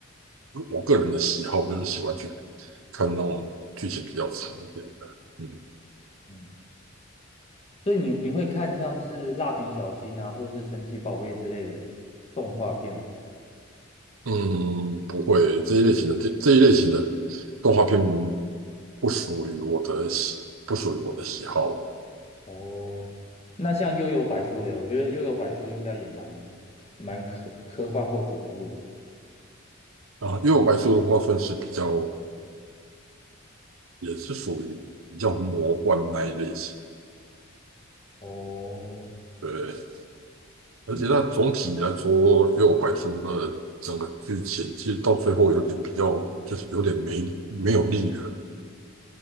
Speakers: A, on the right; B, on the left.
A: 我个人的喜好，就是喜欢去看那种剧情比较长一点的。嗯
B: 嗯，所以你你会看像是蜡笔小新啊，或是神奇宝贝之类的动画片吗。
A: 嗯，不会，这一类型的这这一类型的动画片不属于我的喜，不属于我的喜好
B: 哦，那像幽游白书嘞，我觉得幽游白书应该也蛮蛮科科幻或恐怖的。
A: 啊。因为我白素的话算是比较，也是属于比较魔幻那一类型。
B: 哦，
A: 对，而且那总体来说，
B: 嗯，
A: 因为我白素的整个剧情其实到最后有点比较，就是有点没没有力了。